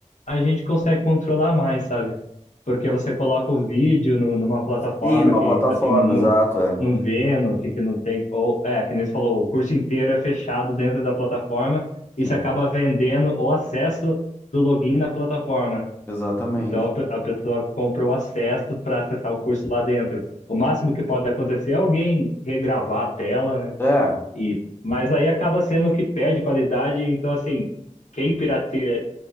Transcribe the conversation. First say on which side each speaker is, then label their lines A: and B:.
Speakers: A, on the left; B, on the left.
A: a gente consegue controlar mais, sabe? Porque você coloca o vídeo no- numa plataforma
B: Sim, numa
A: que,
B: plataforma,
A: assim, não não
B: exato, é.
A: não vendo, que, que não tem, ou, é, que nem você falou, o curso inteiro é fechado dentro da plataforma e
B: Sim,
A: você acaba vendendo o acesso do login na plataforma, né?
B: exatamente.
A: Então a, pe- a pessoa compra o acesso para acessar o curso lá dentro. O máximo que pode acontecer é alguém regravar a tela, né?
B: É.
A: E, mas aí acaba sendo que perde qualidade. Então, assim, quem pirateia,